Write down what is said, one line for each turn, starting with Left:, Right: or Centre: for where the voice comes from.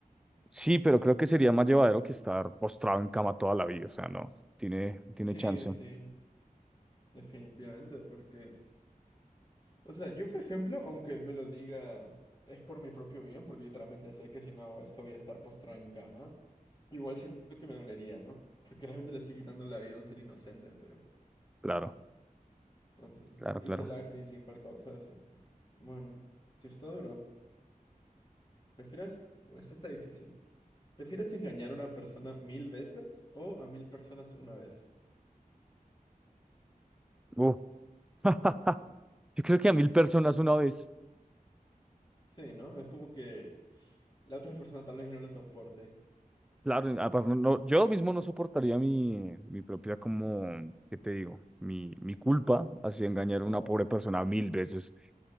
Centre: Sí, pero creo que sería más llevadero que estar postrado en cama toda la vida, o sea, no, tiene, tiene
Left: Sí,
Centre: chance,
Left: sí, definitivamente, porque, o sea, yo por ejemplo, aunque me lo diga, es por mi propio bien, porque literalmente sé que si no hago esto voy a estar postrado en cama. Igual siento que me dolería, ¿no? Porque realmente le estoy quitando la vida a un ser inocente, pero
Centre: claro,
Left: entonces
Centre: claro,
Left: hice
Centre: claro.
Left: la principal causa de eso. Bueno, si está duro, prefieres, o esta está difícil. ¿Prefieres engañar a una persona mil veces o a mil personas una vez?
Centre: Uh, <laughs> Yo creo que a mil personas una vez,
Left: Sí, ¿no? Es como que la otra persona tal vez ya no lo soporte.
Centre: claro, y además no, no- yo mismo no soportaría mi, mi propia como, ¿qué te digo? Mi, mi culpa hacia engañar
Left: Oh,
Centre: a una pobre persona mil veces.